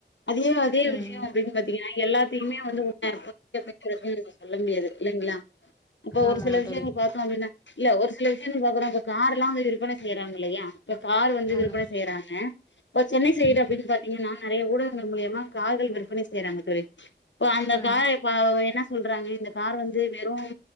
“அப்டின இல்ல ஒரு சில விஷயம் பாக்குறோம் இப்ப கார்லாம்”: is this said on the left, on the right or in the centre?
Left